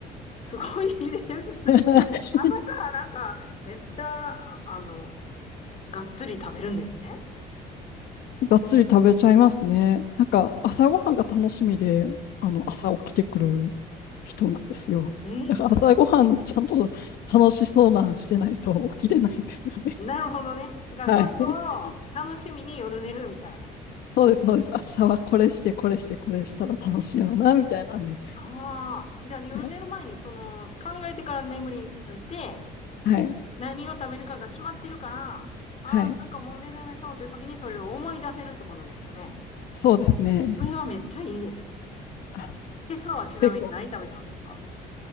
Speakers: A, on the left; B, on the left.
A: すごいですね。
B: <laughs>
A: 朝からなんか、めっちゃ、あの、がっつり食べるんですね。
B: がっつり食べちゃいますね。なんか、朝ごはんが楽しみで、あの、朝起きてくる人なんですよ。
A: えー
B: だから朝ごはんちゃんと楽しそうなんしてないと起きれないんですよね。
A: なるほどね。だからそれを楽しみに夜寝るみたいな。
B: はい。<laughs> そうです、そうです。明日はこれして、これして、これしたら楽しいやろな、みたいなんで。
A: ああ、じゃあ夜寝る前にその考えてから眠りについて
B: はい。はい。
A: 何を食べるかが決まってるから、ああ、
B: はい
A: なんかもう目覚めそうって時にそれを思い出せるってことですよね。
B: そうですね。
A: これはめっちゃいいですね。
B: あ、
A: 今朝はちなみに何食べたんですか
B: 結構。